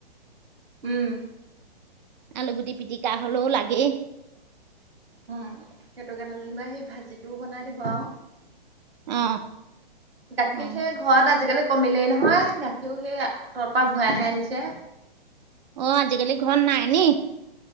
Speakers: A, on the right; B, on the right.
A: উম।
B: আলুগুটি পিটিকা হলেও লাগেই।
A: উম সেইটো কাৰণে যেনিবা সেই ভাজিটোও বনাই দিব আউ।
B: অ
A: গাখীৰ
B: অ
A: সে ঘৰত আজিকালি কমিলেই নহয় গাখীৰো সেই তৰ পৰা ভূৰাই আহে আনিছে
B: অ আজিকালি ঘৰ নাই নি?